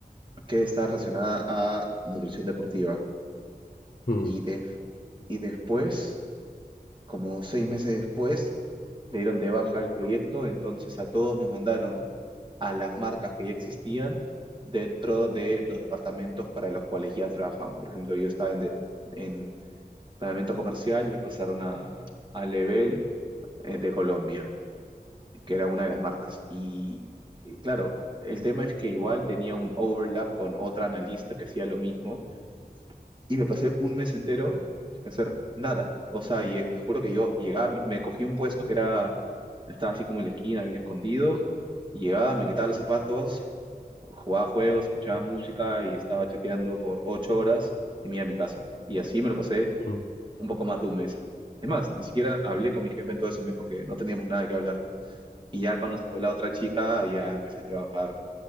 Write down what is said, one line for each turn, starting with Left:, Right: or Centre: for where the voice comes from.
Right: que está relacionada a nutrición deportiva.
Left: Mm,
Right: Y, de- y después, como seis meses después, le dieron de baja el proyecto, entonces a todos nos mandaron a las marcas que ya existían dentro de los departamentos para los cuales ya trabajamos. Por ejemplo, yo estaba en, de- en planeamiento comercial y me pasaron a, a Level eh, de Colombia, que era una de las marcas. Y eh, claro, el tema es que igual tenía un overlap con otra analista que hacía lo mismo y me pasé un mes entero sin hacer nada. O sea, y, eh, te juro que yo llegaba, me me cogí un puesto que era, estaba así como en la esquina, bien escondido, llegaba, me quitaba los zapatos, jugaba juegos, escuchaba música y estaba chateando por ocho horas y me iba a mi casa. Y así me lo pasé
Left: mm,
Right: un poco más de un mes. Es más, ni siquiera hablé
Left: mm.
Right: con mi jefe en todo ese mes porque no teníamos nada que hablar. Y ya cuando se fue la otra chica, ya empecé a trabajar